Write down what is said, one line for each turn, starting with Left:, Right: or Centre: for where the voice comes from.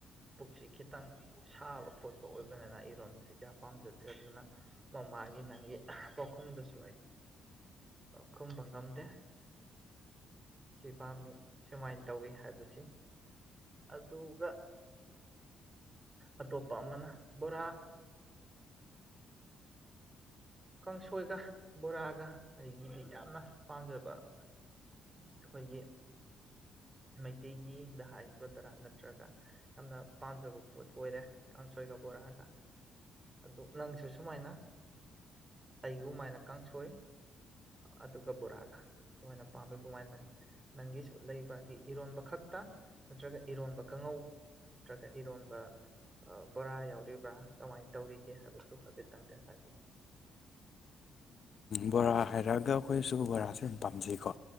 Right: ꯄꯨꯛꯁꯤ ꯈꯤꯇꯪ ꯁꯥꯕ ꯈꯣꯠꯄ ꯑꯣꯏꯕꯅꯤꯅ ꯏꯔꯣꯟꯝꯕꯁꯤ ꯀꯌꯥ ꯄꯥꯝꯖꯗꯦ ꯅꯠꯇ꯭ꯔꯗꯨꯅ ꯃꯃꯥꯒꯤ ꯅꯪꯒꯤ ꯄꯥꯎꯈꯨꯝꯗꯁꯨ ꯑꯩ ꯈꯨꯝꯕ ꯉꯝꯗꯦ ꯁꯤ ꯄꯥꯝꯃꯤ ꯁꯨꯃꯥꯏꯅ ꯇꯧꯋꯤ ꯍꯥꯏꯕꯁꯤ ꯑꯗꯨꯒ ꯑꯇꯣꯞꯄ ꯑꯃꯅ ꯕꯣꯔꯥ ꯀꯥꯡꯁꯣꯏꯒ ꯕꯣꯔꯥꯒ ꯑꯩꯒꯤꯗꯤ ꯌꯥꯝꯅ ꯄꯥꯝꯖꯕ ꯑꯩꯈꯣꯏꯒꯤ ꯃꯩꯇꯩꯒꯤꯗ ꯍꯥꯏꯒꯗꯔꯥ ꯅꯠꯇ꯭ꯔꯒ ꯌꯥꯝꯅ ꯄꯥꯝꯖꯕ ꯄꯣꯠ ꯑꯣꯏꯔꯦ ꯀꯥꯡꯁꯣꯏꯒ ꯕꯣꯔꯥꯒ ꯑꯗꯨ ꯅꯪꯁꯨ ꯁꯨꯃꯥꯏꯅ ꯑꯩꯒꯨꯝꯃꯥꯏꯅ ꯀꯥꯡꯁꯣꯏ ꯑꯗꯨꯒ ꯕꯣꯔꯥꯒ ꯁꯨꯃꯥꯏꯅ ꯄꯥꯝꯃꯤꯒꯨꯝꯃꯥꯏꯅ ꯅ ꯅꯪꯒꯤꯁꯨ ꯂꯩꯕ꯭ꯔꯥꯒꯤ ꯏꯔꯣꯟꯕ ꯈꯛꯇ ꯅꯠꯇ꯭ꯔꯒ ꯏꯔꯣꯟꯕ ꯀꯥꯡꯉꯧ ꯅꯠꯇ꯭ꯔꯒ ꯏꯔꯣꯟꯕ ꯕꯣꯔꯥ ꯌꯥꯎꯔꯤꯕ꯭ꯔꯥ ꯀꯃꯥꯏꯅ ꯇꯧꯔꯤꯒꯦ ꯍꯥꯏꯕꯗꯨ ꯍꯥꯏꯐꯦꯠꯇꯪꯒ ꯍꯥꯏꯕꯤꯔꯛ
Left: ꯕꯣꯔꯥ ꯍꯥꯏꯔꯛꯑꯒ ꯑꯩꯈꯣꯏꯁꯨ ꯕꯣꯔꯥꯁꯦ ꯌꯥꯝ ꯄꯥꯝꯖꯩꯀꯣ